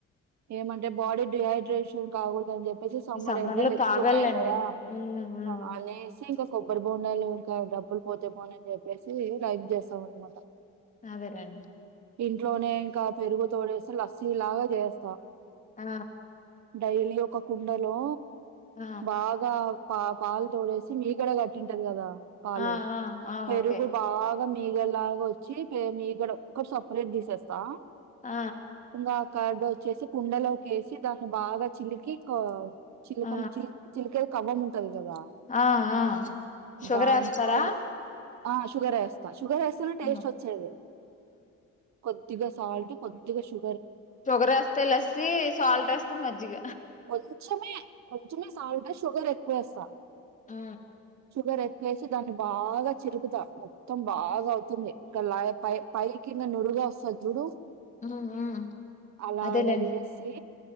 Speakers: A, on the right (about 65°); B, on the left (about 25°).
A: ఏమంటే బాడీ డిహైడ్రేషన్ కాకూడదు అని చెప్పేసి సమ్మర్
B: ఈ
A: ఎండలు
B: లో
A: ఎక్కువ
B: తాగాలండి
A: ఉన్నాయి కదా
B: ఉమ్ ఉమ్
A: ఆ అనేసి ఇంకా కొబ్బరి బొండాలు ఇంకా డబ్బులు పోతే పోనియ్ అని చెప్పేసి రైక్ చేశాం అనమాట
B: అదేలేండి
A: ఇంట్లోనే ఇంకా పెరుగు తోడేసి లస్సీ లాగా చేస్తా
B: ఆ
A: డైలీ ఒక కుండలో
B: ఆ
A: బాగా పా పాలు తోడేసి మీగడ కట్టింటది కదా పాలు
B: ఆ ఆ ఆ
A: పెరుగు
B: ఓకే
A: బాగా మి మీగలాగ వచ్చి పె మీగడ ఒక్కటి సపరేట్ తీసేస్తా
B: ఆ
A: ఇంకా కార్డు వచ్చేసి కుండలోకెసి దాన్ని బాగా చిలికి కావ్ చిలకమ్
B: ఆ
A: చి చిలికే కవ్వము ఉన్ టది గదా
B: ఆ ఆ షుగర్
A: దాంతో
B: వేస్తారా
A: ఆ షుగర్ ఏస్తా షుగర్ ఏస్తెనే టేస్ట్
B: ఉమ్
A: వచ్చేది కొద్ద్ ద్దిగా సాల్ట్ కొద్దిగా సు
B: షుగర్ ఏస్తే లస్సి సాల్ట్ ఏస్తే మజ్జిగ
A: కొంచమే కొంచమే సాల్ట్ షుగర్ ఎక్కువేస్తా
B: ఆ
A: షుగర్ ఎక్కువేసి దాన్ని బాగా చిలుకుతా మొత్తం బాగా అవుతుంది ఒకలై పై పై కింద నురుగ వస్తదిచూడు
B: ఉమ్ ఉమ్
A: అలాగ
B: అదేలేండి
A: చేసి